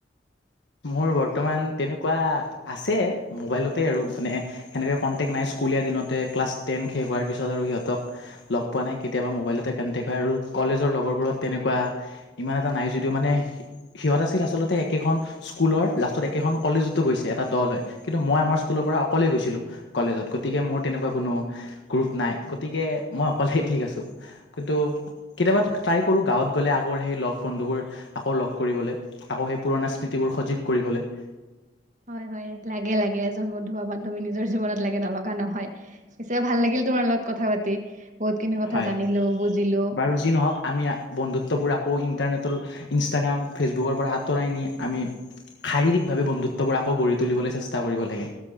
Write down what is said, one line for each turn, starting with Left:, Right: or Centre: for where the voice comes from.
Left: মোৰ বৰ্তমান তেনেকুৱা আছে মোবাইলতে আৰু মানে- সেনেকে কণ্টেক্ট নাই। স্কুলীয়া দিনতে ক্লাছ টেন শেষ হোৱাৰ পিছত আৰু সিহঁতক - লগ পোৱা নাই, কেতিয়াবা মোবাইলতে কানটেক্ট হয় আৰু কলেজৰ লগৰবোৰত তেনেকুৱা- ইমান এটা নাই যদিও মানে সিহঁত আছিল একেখন- স্কুলৰ লাষ্টত একেখন কলেজতো গৈছে এটা দল হৈ, কিন্তু মই আমাৰ স্কুলৰ পৰা অকলেই গৈছিলোঁ- কলেজত। গতিকে মোৰ তেনেকুৱা কোনো গ্ৰুপ নাই, গতিকে মই অকলেই ঠিক আছো। কিন্তু- কেতিয়াবা ট্ৰাই কৰোঁ গাঁৱত গ'লে আকৌ সেই লগ বন্ধুবোৰ আকৌ লগ কৰিবলৈ আকৌ সেই পুৰণা- স্মীতিবোৰ সজীৱ কৰিবলে।
Right: হয়- হয়, লাগে- লাগে এজন বন্ধু বা বান্ধৱী নিজৰ জীৱনত লাগে। নহয়। পিছে ভাল লাগিল তোমাৰ লগত কথা পাতি, বহুত খিনি কথা
Left: হয়
Right: জানিলো, বুজিলো।
Left: বাৰু যি নহওঁক আমি বন্ধুত্ববোৰ আকৌ ইণ্টাৰনেটৰ- ইনষ্টাগ্ৰাম, ফেচবুকৰ পৰা আঁতৰাই নি আমি- শাৰীৰিকভাৱে বন্ধুত্ববোৰ আকৌ গঢ়ি তুলিবলৈ চেষ্টা কৰিব লাগে।